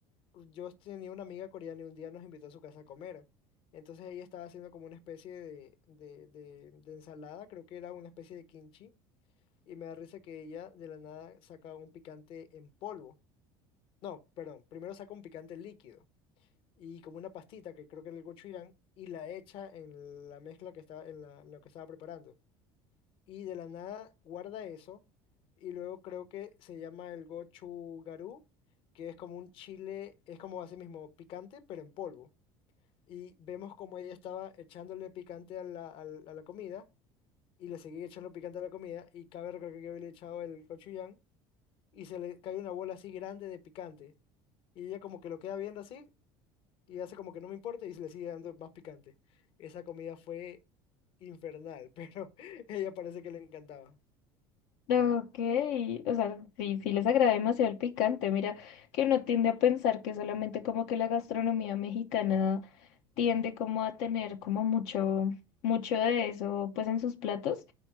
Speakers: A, on the left; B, on the left.
A: yo tenía una amiga coreana y un día nos invitó a su casa a comer. Entonces ella estaba haciendo como una especie de, de, de- de ensalada, creo que era una especie de kimchi, y me da risa que ella de la nada saca un picante en polvo. No, perdón, primero saca un picante líquido y como una pastita que creo que era el gochujang y la echa en la mezcla que estaba en, la, en lo que estaba preparando y de la nada guarda eso. Y luego creo que se llama el gochugaru, que es como un chile, es como así mismo, picante, pero en polvo. Y vemos como ella estaba echándole picante a la, al- a la comida, y le seguía echando picante a la comida, y cabe recalcar que yo había echado el gochujang, y se le cae una bola así grande de picante. Y ella como que lo queda viendo así, y hace como que no me importa, y se le sigue dando más picante. Esa comida fue infernal, <laughs> pero ella parece que le encantaba.
B: Ok, o sea, sí, sí les agrada demasiado el picante. Mira, que uno tiende a pensar que solamente como que la gastronomía mexicana tiende como a tener como mucho, mucho de eso pues en sus platos.